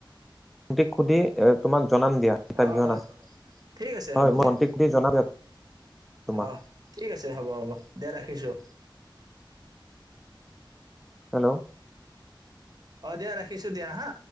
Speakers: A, in the centre; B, on the right (about 50°).
A: ভন্টিক সুধি এ তোমাক জনাম দিয়া কিতাপ
B: অ',
A: কেইখন
B: অ',
A: আছে
B: ঠিক আছে
A: হয়
B: হ'ব
A: মই
B: দিয়া
A: ভণ্টিক সুধি জনাম দিয়া তোমাক
B: অ', ঠিক আছে হ'ব হ'ব। দিয়া ৰাখিছোঁ।
A: হেল্ল'।
B: অ', দিয়া ৰাখিছো দিয়া হা।